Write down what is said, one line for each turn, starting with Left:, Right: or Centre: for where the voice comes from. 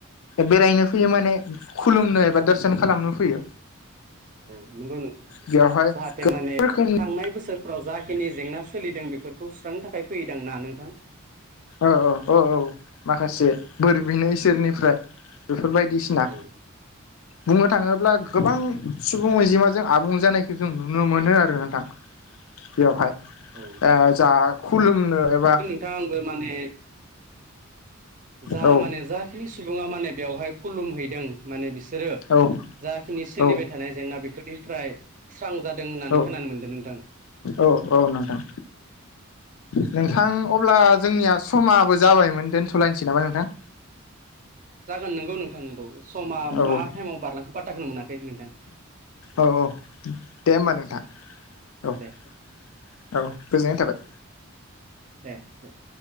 Left: बेरायनो फैयो माने खुलुमनो एबा दर्सन खालामनो फैयो
Right: औ नंगौ नंगौ
Left: बेयावहाय
Right: जाहाथे माने
Left: रोखोमनि
Right: थांनाय बोसोरफ्राव ज जिखिनि जेंना सोलिदों बेफोरखौ सुस्रांनो थाखाय फैयोदों ना? नोंथां
Left: ओ औ ओ औ माखासे बोर
Right: औ
Left: बिनो सोरनिफ्राय बेफोर बायदिसिना
Right: औ
Left: बुंनो थाङोब्ला गोबां सुबुं अनजिमाजों आबुं जानायखौ जों नुनो मोनो आरो नोंथां। बेवहाय
Right: औ
Left: ओ जा खुलुमनो एबा
Right: थां आंबो माने जा
Left: औ
Right: माने जाखिनि सुबुङा माने बेवहाय खुलुमहैदों माने बिसोरो
Left: औ
Right: जाखिनि सोलिबाय
Left: औ
Right: थानाय जेंना बेफोरनिफ्राय स्रां जादों होननानै
Left: औ
Right: खोनानो मोनदों नोंथां।
Left: औ - औ नोंथां। नोंथां अब्ला जोंनिया समाबो जाबायमोन दोनथ'लायनोसै नामा नोंथां।
Right: जागोन नंगौ नोंथां नोंगौ समा
Left: औ
Right: मा
Left: औ
Right: टाइमाव बारलांखो फाथाखौनो मोनाखै नोंथां।
Left: औ - औ दे होमबा नोंथां। औ
Right: दे
Left: - औ गोजोननाय थाबाय।
Right: ए <unintelligible>